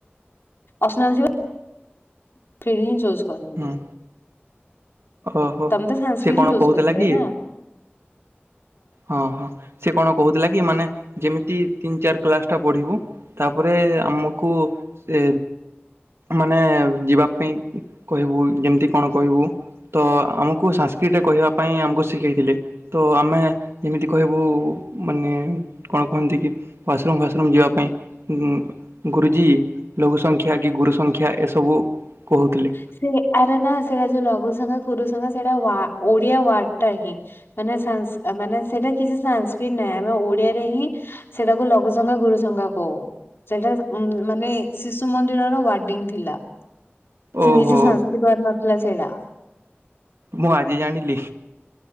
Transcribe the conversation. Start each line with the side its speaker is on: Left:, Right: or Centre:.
Left: ଅପ୍ସନାଲ ଥିବ। ଫ୍ରିରେ ହିଁ ଜୋଜ୍ କରନ୍ତି।
Right: ହୁଁ ଓହୋ
Left: ତମେ ତ ସାଂସ୍କ୍ରିଟ
Right: ସେ କଣ
Left: ହିଁ ଚୁଜ୍
Right: କହୁଥିଲା
Left: କରିଛ
Right: କି?
Left: ନା
Right: ହଁ ହଁ ସେ କଣ କହୁଥିଲା କି ମାନେ ଯେମିତି ତିନ୍ ଚାରି କ୍ଲାସ୍ ଟା ବଢ଼ିବୁ ତାପରେ ଆମକୁ ସେ ମାନେ ଯିବା ପାଇଁ କହିବୁ ଯେମିତି କଣ କହିବୁ। ତ ଆମକୁ ସାଂସ୍କ୍ରିଟ୍ ରେ କହିବା ପାଇଁ ଆମକୁ ଶିଖେଇଥିଲେ ତ ଆମେ ଏମିତି କହିବୁ ମାନେ କଣ କୁହନ୍ତି କି ୱାସ୍ ରୁମ୍ ଫ୍ୱାସ୍ ରୁମ୍ ଯିବା ପାଇଁ ଉମ୍ ଗୁରୁଜୀ ଲଘୁ ସଂଖ୍ୟା କି ଗୁରୁ ସଂଖ୍ୟା ଏସବୁ କହୁଥିଲେ।
Left: ସେ ଆରେ ନା ସେଇରା ଯୋଉ ଲଘୁ ସଂଖା ଗୁରୁ ସଂଖା ସେଇଟା ୱା ଓଡିଆ ୱାର୍ଡ ଟା ହିଁ ମାନେ ସାଂସ୍ ମାନେ ସେଇଟା କିଛି ସାଂସ୍କ୍ରିଟ୍ ନାହିଁ ଆମେ ଓଡିଆରେ ହିଁ ସେଇଟାକୁ ଲଘୁ ସଂଖା ଗୁରୁ ସଂଖା କଉ ସେଟା ଉମ୍ ମାନେ ଶିଶୁ ମନ୍ଦିରର ୱାର୍ଡିଙ୍ଗ ଥିଲା। ସେ
Right: ଓହୋ
Left: ନିଜେ ସାଂସ୍କିବାର୍ ନଥିଲା ସେଇଟା।
Right: ମୁଁ ଆଜି ଜାଣିଲି।